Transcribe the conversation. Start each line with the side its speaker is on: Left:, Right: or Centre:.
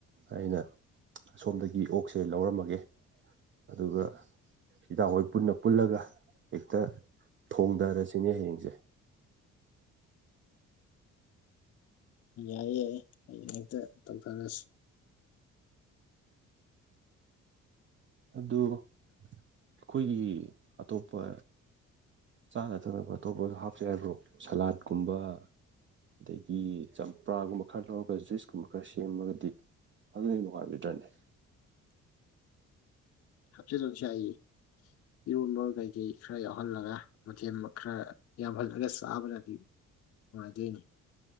Right: ꯑꯩꯅ ꯑꯁꯣꯝꯗꯒꯤ ꯑꯣꯛꯁꯦ ꯂꯧꯔꯝꯃꯒꯦ ꯑꯗꯨꯒ ꯍꯤꯗꯥꯛ ꯍꯣꯏ ꯄꯨꯟꯅ ꯄꯨꯜꯂꯒ ꯍꯦꯛꯇ ꯊꯣꯡꯊꯔꯁꯤ ꯇꯨꯅꯦ ꯍꯌꯦꯡꯁꯦ
Left: ꯌꯥꯏꯌꯦ ꯌꯥꯏꯌꯦ ꯑꯩ ꯍꯦꯛꯇ ꯇꯧꯊꯔꯁꯤ
Right: ꯑꯗꯨ ꯑꯩꯈꯣꯏꯒꯤ ꯑꯇꯣꯞꯄ ꯆꯥꯅ ꯊꯛꯅꯕ ꯑꯇꯣꯞꯄꯗ ꯍꯥꯞꯄ ꯌꯥꯏꯕ꯭ꯔꯣ ꯁꯂꯥꯠꯀꯨꯝꯕ ꯑꯗꯒꯤ ꯆꯝꯄ꯭ꯔꯥꯒꯨꯝꯕ ꯈꯔ ꯂꯧꯔꯒ ꯖꯨꯏꯁꯀꯨꯝꯕ ꯈꯔ ꯁꯦꯝꯃꯒꯗꯤ ꯑꯗꯨ ꯅꯨꯡꯉꯥꯏꯔꯕꯤꯗ꯭ꯔꯅꯦ
Left: ꯍꯥꯞꯆꯤꯟꯜꯂꯕꯁꯦ ꯑꯩ ꯏꯔꯣꯟꯕ ꯀꯩꯀꯩ ꯈꯔ ꯌꯥꯎꯍꯜꯂꯒ ꯃꯊꯦꯜ ꯈꯔ ꯌꯥꯎꯍꯜꯂꯒ ꯆꯥꯕꯅꯗꯤ ꯅꯨꯡꯉꯥꯏꯗꯣꯏꯅꯤ